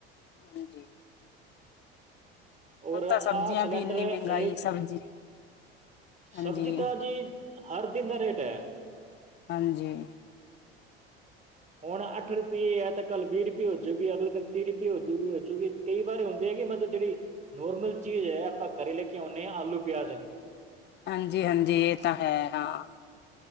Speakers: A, on the left; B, on the right.
A: ਹਾਂ ਜੀ
B: ਔਰ
A: ਹੁਣ ਤਾਂ
B: ਆਹ
A: ਸਬਜ਼ੀਆਂ
B: ਸਿਲੰਡਰ
A: ਵੀ ਇੰਨੀ ਮਹਿੰਗਾਈ
B: ਇਹ
A: ਸਬਜ਼ੀ। ਹਾਂਜੀ
B: ਸਬਜ਼ੀ ਤਾਂ ਜੀ, ਹਰ ਦਿਨ ਦਾ ਰੇਟ ਹੈ।
A: ਹਾਂਜੀ
B: ਹੁਣ
A: ਠੀਕ
B: ਅੱਠ
A: ਹੈ
B: ਰੁਪਈਏ ਤ ਕੱਲ ਵੀਹ ਰੁਪਏ ਹੋਜੂਗੀ। ਅਗਲੇ ਦਿਨ ਤੀਹ ਰੁਪਏ ਹੋਜੂਗੀ। ਹੋਜੂਗੀ ਕਈ ਵਾਰ ਹੁੰਦੇ ਹੈਗੇ ਮਤਲਬ ਜਿਹੜੀ ਨੋਰਮਲ ਚੀਜ਼ ਹੈ ਆਪਾਂ ਘਰੇ ਲੈ ਕੇ ਆਉਂਦੇ ਹਾਂ। ਆਲੂ, ਪਿਆਜ਼
A: ਹਾਂਜੀ -ਹਾਂਜੀ ਇਹ ਤਾਂ ਹੈ। ਹਾਂ।